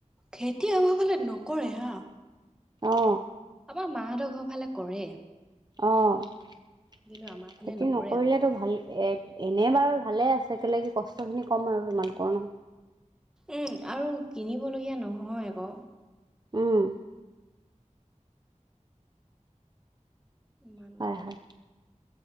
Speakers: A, in the centre; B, on the right.
A: খেতি আমাৰ ফালে নকৰে হা।
B: অ।
A: আমাৰ মাহঁতৰ ঘৰ ফালে কৰে।
B: অঁ খেতি
A: কিন্তু আমাৰ ফালে নকৰে
B: নকৰিলেতো
A: আৰু
B: ভালে। এনে বাৰু ভালে আছে কেলে কি কষ্ট খিনি কম আৰু তোমালোকৰ ন।
A: উম আৰু কিনিবলগীয়া নহয় আকৌ।
B: উম।
A: ইমান
B: হয়
A: এটা
B: হয়।